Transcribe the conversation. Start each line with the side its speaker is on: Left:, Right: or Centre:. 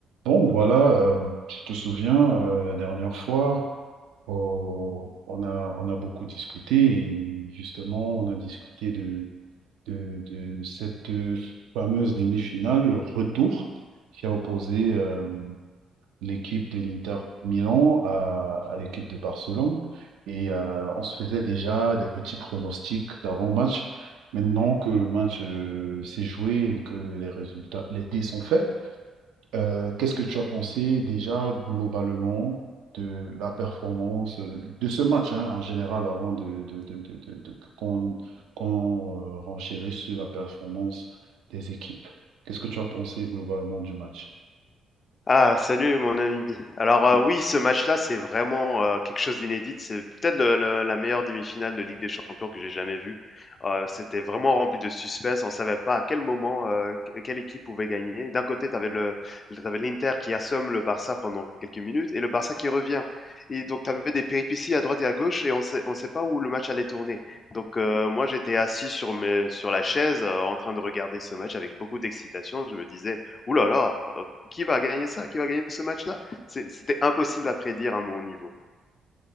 Right: Bon, voilà, euh, tu te souviens, euh, la dernière fois, oh, on a, on a beaucoup discuté et justement, on a discuté de, de, de cette fameuse demi-finale, le retour, qui a opposé euh, l'équipe de l'Inter Milan à, à l'équipe de Barcelone. Et euh, on se faisait déjà des petits pronostics d'avant-match. Maintenant que le match euh, s'est joué et que les résultats, les dés sont faits, euh, qu'est-ce que tu as pensé déjà globalement de la performance euh, de ce match hein, en général avant de, de- de- de- de- de- qu'on qu'on euh, renchérisse sur la performance des équipes? Qu'est-ce que tu as pensé globalement du match?
Left: Ah, salut mon ami. Alors euh, oui, ce match-là, c'est vraiment euh, quelque chose d'inédit. C'est peut-être le, le- la meilleure demi-finale de Ligue des Champions que j'ai jamais vue. Euh, c'était vraiment rempli de suspense. On savait pas à quel moment euh, que- quelle équipe pouvait gagner. D'un côté, tu avais le, t'avais l'Inter qui assomme le Barça pendant quelques minutes et le Barça qui revient. Et donc tu avais des péripéties à droite et à gauche et on sait, on sait pas où le match allait tourner. Donc euh, moi, j'étais assis sur mes, sur la chaise euh, en train de regarder ce match avec beaucoup d'excitation. Je me disais, Ouh là là, euh, qui va gagner ça Qui va gagner ce match-là C'est- C'était impossible à prédire à mon niveau.